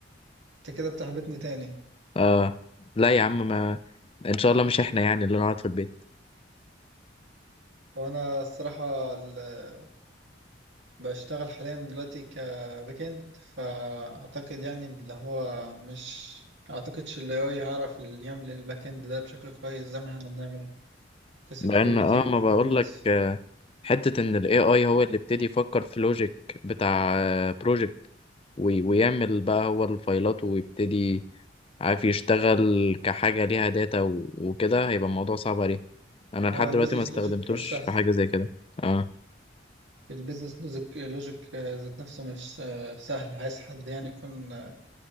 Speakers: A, on the right (about 70°); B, on the left (about 30°).
A: انت كده بتحبطني تاني
B: اه لا يا عم ما ان شاء الله مش احنا يعني اللي نقعد في البيت
A: هو انا الصراحة ال- بشتغل حاليا دلوقتي كباك اند فاعتقد يعني اللي هو مش اعتقدش ال AI هيعرف ال- يعمل الباك اند ده بشكل كويس زي ما احنا بنعمله كسكيورتي
B: لان اه
A: وبرفورمانس
B: ما بقول لك حته ان الاي اي هو اللي ابتدي يفكر في لوجيك بتاع بروجكت ويعمل بقى هو الفايلات ويبتدي عارف يشتغل كحاجه ليها داتا و- وكده هيبقى الموضوع صعب عليه انا لحد
A: هو البيزنس
B: دلوقتي ما استخدمتوش
A: لوجيك مش سهل
B: في حاجه زي كده اه
A: البيزنس لوجيك لوجيك ذات نفسه مش آه، سهل عايز حد يعني يكون آه،